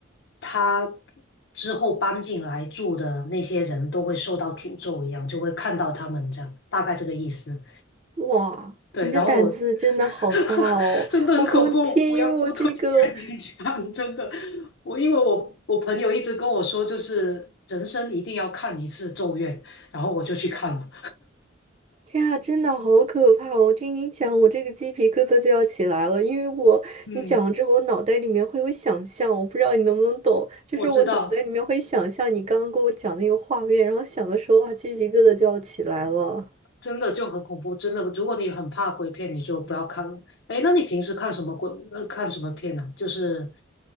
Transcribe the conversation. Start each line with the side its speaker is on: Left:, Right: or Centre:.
Left: 他之后搬进来住的那些人都会受到诅咒一样，就会看到他们这样，大概这个意思。
Right: 哇，
Left: 对，
Right: 你的胆子真的好大哦！
Left: 然后我 <laughs> 真的很恐怖，
Right: 我光听我这个。
Left: 不要不推荐你讲，<laughs> 真的。我因为我我朋友一直跟我说，就是人生一定要看一次《咒怨》，然后我就去看了。
Right: 天啊，真的好可怕哦我听你讲，我这个鸡皮疙瘩就要起来了，因为我你讲了之后，
Left: 嗯，
Right: 我脑袋里面会有想象，我不知道你能不能懂，就是我脑袋里面会想象你刚刚跟我讲那个画面，
Left: 我知道，
Right: 然后想的时候啊，鸡皮疙瘩就要起来了。
Left: 真的就很恐怖，真的。如果你很怕鬼片，你就不要看了。哎，那你平时看什么鬼？呃，看什么片呢、就是